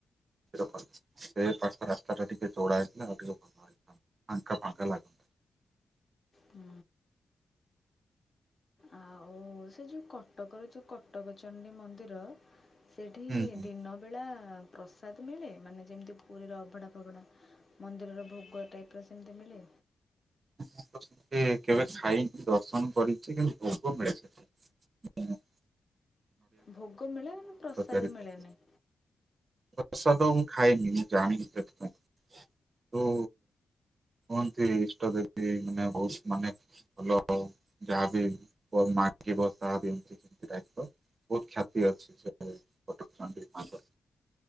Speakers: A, on the right; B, on the left.
A: ଦେଖନ୍ତୁ ସେ ପାଖ ରାସ୍ତା ଟା ଟିକେ ଚଉଡା ହେଇଛି ନା ଆଉ ଟିକେ ଫାଙ୍କା ଫାଙ୍କା ଲାଗୁ
B: ହୁଁ। ଆଉ, ହଁ ସେ ଯୋଉଁ କଟକର ଯୋଉଁ କଟକ ଚଣ୍ଡୀ ମନ୍ଦିର ସେଠି
A: ହୁଁ ହୁଁ
B: ଦିନବେଳା ପ୍ରସାଦ ମିଳେ ମାନେ ଯେମିତି ପୁରୀର ଅଭଢ଼ା ଫଭ଼ା ମନ୍ଦିରର ଭୋଗ ଟାଇପର ସେମିତି ମିଳେ?
A: ମୁଁ ତ କେବେ ଖାଇନି ଦର୍ଶନ କରିଛି କିନ୍ତୁ ଭୋଗ ମିଳେ ସେଠି। ହୁଁ।
B: ଭୋଗ ମିଳେ ହେଲେ ପ୍ରସାଦ
A: ତିଆରି ଭୋଗ
B: ମିଳେନି।
A: ପ୍ରସାଦ ତ ମୁଁ ଖାଇନି ମୁଁ ଜାଣିନି ସେଥିପାଇଁ ତ କୁହନ୍ତି ଇଷ୍ଟ ଦେବୀ ମାନେ ବହୁତ ମାନେ ଭଲ ଯାହାବ ମାଗିବ ତାହା ବି ଏମତି କେମତିିବ ବହୁତ କ୍ଷତି ଅଛି ସେ ଫଟୋ ପାଞ୍ଚ